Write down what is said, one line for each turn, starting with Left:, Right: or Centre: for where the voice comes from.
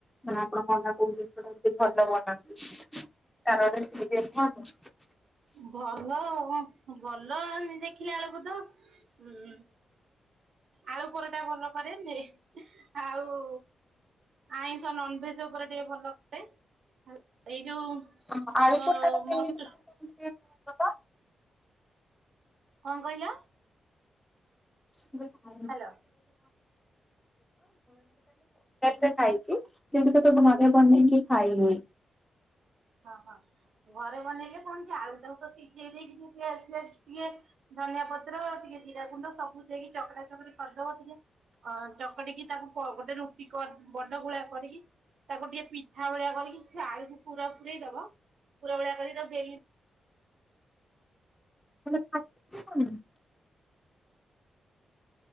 Centre: ସେ ଆପଣ ମନା କରୁଛନ୍ତିି କିନ୍ତୁ ଏମିତି ଭଲ ବନାନ୍ତି, ତାର ଗୋଟେ ବ୍ରେକଫାଷ୍ଟ,
Right: ଭଲ ଆଉ ଭଲ ଦେଖିଲା ବେଳକୁ ତ, ହୁଁ-ହୁଁ, ଆଳୁ ପରଟା ଭଲ କରେ ଯେ ଆଉ, ଆଇଁଷ ନନଭେଜ ଉପରେ ଟିକେ ଭଲ କରେ ଏଇ ଯୋଉ,
Centre: ହଁ ଆଳୁ
Right: ଅ
Centre: ପୁଳଟା ବି
Right: ମଟ
Centre: କେମିତି କଣ <unintelligible> ହବ?
Right: କଁ କହିଲ?
Centre: <unintelligible>
Right: ହ୍ୟାଲୋ।
Centre: ଖାଇଛି, ସେଠି ତ ମନେ ପନିଁ କି ଖାଇନି,
Right: ହଁ-ହଁ ଘରେ ବନେଇଲେ କଣ କି ଆଳୁଟାକୁ ତ ସିଝେଇ ଦେଇକି ଟିକେ ପିଆଜ-ପିଆଜ ଟିକେ, ଧନିଆ ପତ୍ର ଟିକେ ଜିରା ଗୁଣ୍ଡ ସବୁ ଦେଇକି ଚକରା ଚକରି କରିଦବ ଟିକେ, ଅ ଚକଟିକି ତାକୁ ଗୋଟେ ରୁଟି କନ୍ ବଡ଼ ଗୋଳା କରିଛି, ତାକୁ ଟିକେ ପିଠା ଭଳିଆ କରିକି ସେ ଆଳୁକୁ ପୁରା ପୁରଇ ଦବ ପୁରା ଭଳିଆ କରିକି ତା ବେଲି,
Centre: <unintelligible>